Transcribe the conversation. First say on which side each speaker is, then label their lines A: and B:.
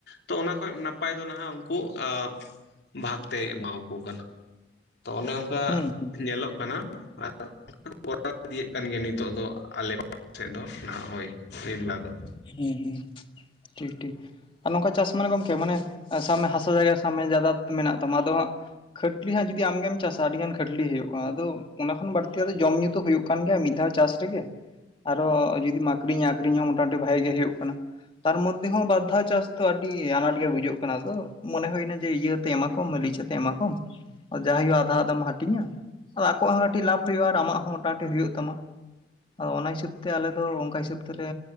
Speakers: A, on the left; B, on the left.
A: ᱛᱚ ᱚᱱᱟ ᱠᱷᱚᱱ ᱱᱟᱯᱟᱭ ᱫᱚ ᱱᱟᱦᱟᱜ ᱩᱱᱠᱩ ᱟ ᱵᱷᱟᱜᱽ ᱛᱮᱭ ᱮᱢᱟ ᱟᱠᱚ ᱠᱟᱱᱟ, ᱛᱚ ᱚᱱᱮ ᱚᱱᱠᱟ
B: ᱦᱩᱸ ᱦᱩᱸ ᱦᱩᱸ
A: ᱧᱮᱞᱚᱜ ᱠᱟᱱᱟ᱾ <unintelligible> ᱠᱚᱨᱟᱣ ᱤᱫᱤᱭᱮᱜ ᱠᱟᱱ ᱜᱮᱭᱟ ᱱᱤᱛᱚᱜ ᱫᱚ ᱟᱞᱮ <unintelligible> ᱥᱮᱫ ᱫᱚ ᱱᱟᱦᱟᱜ ᱦᱳᱭ <unintelligible> ᱫᱚ
B: ᱦᱮᱸ ᱦᱮᱸ ᱴᱷᱤᱠ ᱴᱷᱤᱠ᱾ ᱟᱨ ᱱᱚᱝᱠᱟ ᱪᱟᱥ ᱢᱟᱱᱮ ᱜᱚᱝᱠᱮ ᱢᱟᱱᱮ ᱥᱟᱵᱽ ᱢᱮ ᱦᱟᱥᱟ ᱡᱟᱭᱜᱟ ᱥᱟᱵᱽ ᱢᱮ ᱡᱟᱫᱟ ᱢᱮᱱᱟᱜ ᱛᱟᱢᱟ ᱟᱫᱚ ᱦᱟᱸᱜ᱾ ᱠᱷᱟᱹᱴᱞᱤ ᱦᱟᱸᱜ ᱡᱩᱫᱤ ᱟᱢ ᱜᱮᱢ ᱪᱟᱥᱟ ᱟᱹᱰᱤ ᱜᱟᱱ ᱠᱷᱟᱹᱴᱞᱤ ᱦᱩᱭᱩᱜ-ᱟ ᱟᱫᱚ ᱚᱱᱟ ᱠᱷᱚᱱ ᱵᱟᱹᱲᱛᱤ ᱟᱫᱚ ᱡᱚᱢ ᱧᱩ ᱫᱚ ᱦᱳᱭᱳᱜ ᱠᱟᱱ ᱜᱮᱭᱟ ᱢᱤᱫ ᱫᱷᱟᱣ ᱪᱟᱥ ᱨᱮᱜᱮ ᱟᱨᱦᱚᱸ ᱡᱩᱫᱤᱢ ᱟᱹᱠᱷᱨᱤᱧᱟ ᱟᱹᱠᱷᱨᱤᱧ ᱦᱚᱸ ᱢᱚᱴᱟ ᱢᱩᱴᱤ ᱵᱷᱟᱜᱮ ᱜᱮ ᱦᱩᱭᱩᱜ ᱠᱟᱱᱟ᱾ ᱛᱟᱨ ᱢᱚᱫᱽᱫᱷᱮ ᱦᱚᱸ ᱵᱟᱨ ᱫᱷᱟᱣ ᱪᱟᱥ ᱫᱚ ᱟᱹᱰᱤ ᱟᱱᱟᱴ ᱜᱮ ᱵᱩᱡᱟᱹᱜ ᱠᱟᱱᱟ ᱟᱫᱚ ᱢᱚᱱᱮ ᱦᱩᱭ ᱱᱟ ᱡᱮ ᱤᱭᱟᱹ ᱛᱮ ᱮᱢᱟ ᱠᱚ᱾ ᱞᱤᱪ ᱟᱛᱮ ᱮᱢᱟ ᱠᱚᱢ, ᱡᱟ ᱦᱳᱭᱳᱜ-ᱟ ᱟᱫᱷᱟ ᱟᱫᱷᱟᱢ ᱦᱟᱹᱴᱤᱧᱟ᱾ ᱟᱫᱚ ᱟᱠᱚᱣᱟᱜ ᱦᱚᱸ ᱠᱟᱹᱴᱤᱡ ᱞᱟᱵᱷᱚ ᱦᱳᱭᱳᱜ-ᱟ ᱟᱨ ᱟᱢᱟᱜ ᱦᱚᱸ ᱢᱚᱴᱟ ᱢᱩᱴᱤ ᱦᱩᱭᱩᱜ ᱛᱟᱢᱟ ᱟᱫᱚ ᱚᱱᱟ ᱦᱤᱥᱟᱹᱵᱽ ᱛᱮ᱾ ᱟᱞᱮ ᱫᱚ ᱚᱱᱠᱟ ᱦᱤᱥᱟᱹᱵᱽ ᱛᱮ ᱞᱮ᱾